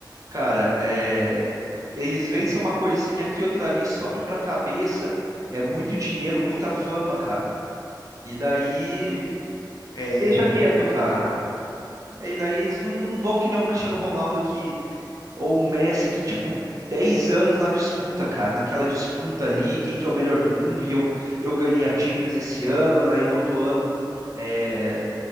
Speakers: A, on the right (about 45°); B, on the left (about 55°).
A: Cara, é, eles vencem uma coisinha aqui, outra ali, sobe pra cabeça. É muito dinheiro, muita fama, cara. E daí
B: é,
A: deixa
B: muito
A: quieto, cara.
B: rápido.
A: E daí eles não, não vão que nem um Cristiano Ronaldo que, ou um Messi que, tipo, 10 anos na disputa, cara, naquela disputa ali, quem que é o melhor do mundo, e eu, eu ganhei a Champions esse ano, aí no outro ano é,